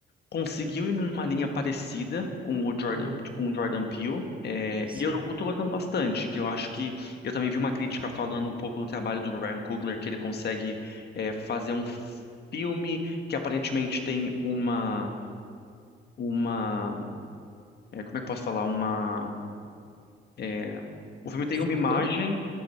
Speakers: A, on the left; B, on the right.
A: conseguiu ir numa linha parecida com o Jordan,
B: Uhum,
A: com o Jordan Peele, é,
B: sim.
A: e eu tô gostando bastante, que eu acho que eu também vi uma crítica falando um pouco do trabalho do Ryan Coogler, que ele consegue é, fazer um filme que aparentemente tem uma, uma, é, como é que eu posso falar, uma, é, o filme tem
B: Subtran?
A: uma imagem